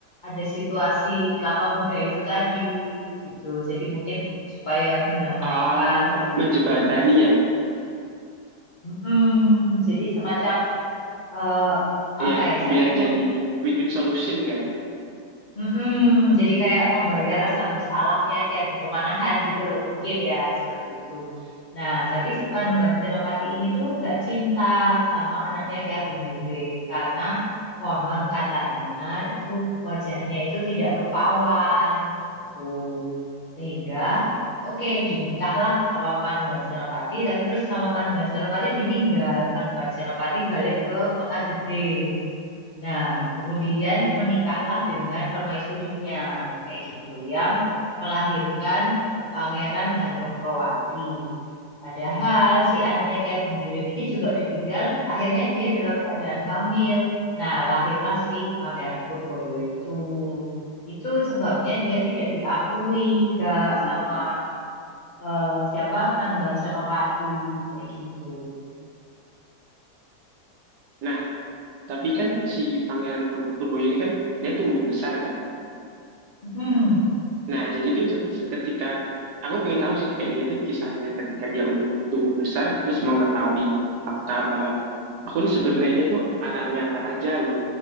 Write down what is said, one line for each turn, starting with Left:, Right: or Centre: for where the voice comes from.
Left: ada situasi kelapa muda itu tadi gitu. Jadi mungkin supaya mendamaikan
Right: Ah,
Left: kayak gitu.
Right: menjebatani ya,
Left: Mm-mm. Jadi semacam eh,
Right: ya
Left: apa ya?
Right: biar
Left: Saya kayak
Right: jadi win-win solution kan.
Left: Mm-mm, jadi kayak membayar rasa bersalahnya Ki Ageng Pemanahan gitu loh mungkin ya seperti itu. Nah, tapi si Panembahan Senopati ini tuh gak cinta sama anaknya Ki Ageng Giring karena konon katanya itu wajahnya itu tidak rupawan gitu. Sehingga oke dinikahlah sama Panembahan Senopati tapi terus sama Panembahan Senopati ditinggal. Panembahan Senopati balik ke kota gede. Nah, kemudian menikahlah dengan permaisurinya, kayak gitu, yang melahirkan Pangeran Hanyokroati. Padahal si anaknya Ki Ageng Giring ini juga ditinggal, akhirnya dia dalam keadaan hamil. Nah, lahirlah si Pangeran Purboyo itu. Itu sebabnya dia tidak diakui, gak
Right: Oke.
Left: sama eh, siapa Kanembahan Senopati, kayak gitu.
Right: Nah, tapi kan si Pangeran Pur- Purboyo ini kan dia tumbuh besar kan.
Left: Mm.
Right: Nah, jadi tuh set- ketika aku pengen tahu sih kayak dia tuh kisahnya ketika dia udah tumbuh besar terus mengetahui fakta bahwa aku ini sebenarnya tuh anaknya raja loh.